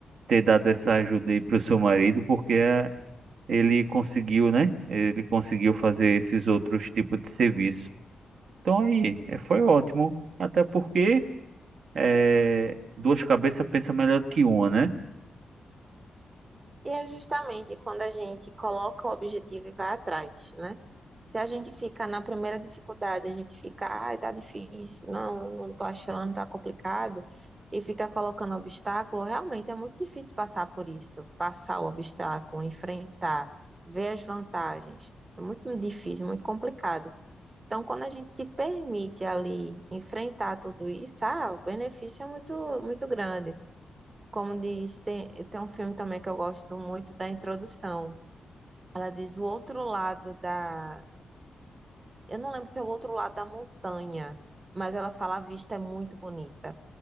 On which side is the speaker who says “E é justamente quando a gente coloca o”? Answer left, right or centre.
Right